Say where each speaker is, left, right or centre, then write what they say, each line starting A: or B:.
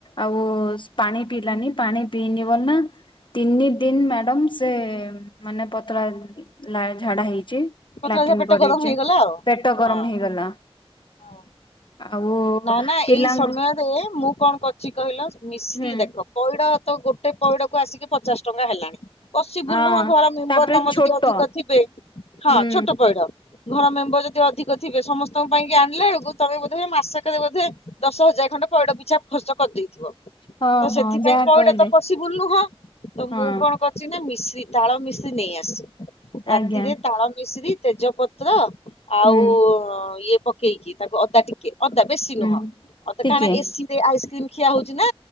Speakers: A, on the left; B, on the left.
A: ଆଉ ପାଣି ପିଇଲାନି ପାଣି ପିଇନି ବ ନା ତିନି ଦିନ ମ୍ୟାଡାମ ସେ ମାନେ ପତଳା ନାଳ ଝାଡ଼ା ହେଇଛି।
B: ପତଳା
A: ଲାଟିନ୍
B: ଝିଅ ପେଟ
A: କରିଛି
B: ଗରମ ହେଇଗଲା ଆଉ
A: ପେଟ ଗରମ
B: ହଁ।
A: ହେଇଗଲା।
B: ହଁ।
A: ଆଉ
B: ନା ନା
A: ପିଲାଙ୍କ
B: ଏଇ ସମୟରେ ମୁଁ କଣ କରିଛି କହିଲ ମିଶ୍ରି
A: ହୁଁ
B: ଦେଖ ପଇଡ ତ ଗୋଟେ ପଇଡ କୁ ଆସିକି ପଚାଶ ଟଙ୍କା ହେଲାଣି। ପସିବୁଲ
A: ହଁ
B: ନୁହଁ ଘର ମେମ୍ବର
A: ତାପରେ
B: ତମ
A: ଛୋଟ
B: ଯଦି ଅଧିକ ଥିବେ ହଁ
A: ହୁଁ
B: ଛୋଟ ପଇଡ ଘର ମେମ୍ବର ଯଦି ଅଧିକ ଥିବେ ସମସ୍ତଙ୍କ ପାଇଁକି ଆଣିଲା ବ ତମେ <unintelligible> ମାସକ ରେ ବଧେ ଦଶ ହଜାର ଖଣ୍ଡ ପଇଡ ପିଛା ଖର୍ଚ୍ଚ କରିଦେଇଥିବ
A: ହଁ
B: ତ ସେଥିପାଇଁ
A: ହଁ ଯାହା
B: ପଇଡ
A: କହିଲେ
B: ତ ପସିବୁଲ ନୁହଁ ତ
A: ହଁ
B: ମୁଁ କଣ ନା ମିଶି ତାଳ ମିଶ୍ରି ନେଇ ଆସିଛି ରାତିରେ
A: ଆଜ୍ଞା
B: ତାଳ ମିଶ୍ରି ତେଜପତ୍ର ଆଉ
A: ହୁଁ
B: ଇଏ ପକେଇକି ତାକୁ ଅଦା ଟିକେ ଅଦା ବେଶୀ
A: ହୁଁ
B: ନୁହଁ <unintelligible>
A: ଟିକେ
B: କାଣା ଏ ସି ରେ ଆଇସ୍କ୍ରିମ ଖିଆ ହଉଛି ନା